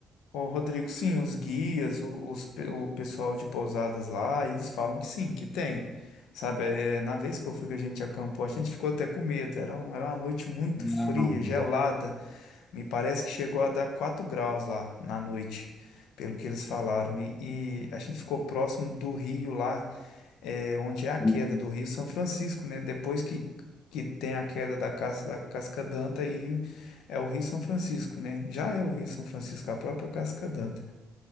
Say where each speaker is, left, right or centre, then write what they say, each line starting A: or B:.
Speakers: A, on the left; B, on the left.
A: Ô, Rodrigo, sim, os guias, o, os pe- o pessoal de pousadas lá, eles falam que sim, que tem. Sabe, é, na vez que eu fui que a gente acampou, a gente ficou até com medo. Era, um- era uma noite muito
B: Não,
A: fria,
B: boa.
A: gelada. Me parece que chegou a dar 4 graus lá na noite, pelo que eles falaram. E, e a gente ficou próximo do rio lá, é, onde é a
B: Hum,
A: queda do Rio São Francisco, né? Depois que, que tem a queda da casca, da Casca d'Anta, aí é o Rio São Francisco, né? Já é o Rio São Francisco, a própria Casca d'Anta.